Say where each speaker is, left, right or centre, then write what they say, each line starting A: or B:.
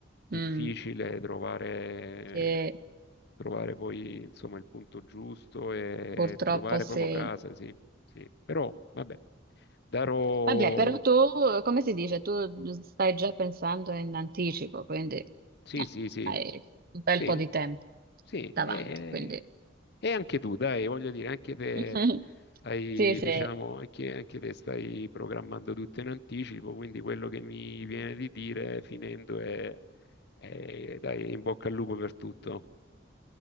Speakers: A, on the left; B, on the right.
A: difficile
B: Mm.
A: trovare,
B: Che
A: trovare poi insomma il punto giusto e
B: purtroppo
A: trovare
B: se...
A: proprio casa, sì, sì. Però vabbè, darò.
B: Vabbè, però tu, come si dice, tu stai già pensando in anticipo, quindi
A: Sì,
B: no,
A: sì, sì,
B: hai un bel
A: sì,
B: po' di tempo
A: sì,
B: davanti,
A: e,
B: quindi
A: e anche tu, dai, voglio dire, anche te
B: <laughs>
A: hai,
B: sì, sì,
A: diciamo, anche, anche te stai programmando tutto in anticipo, quindi quello che mi viene di dire finendo è, è, dai, in bocca al lupo per tutto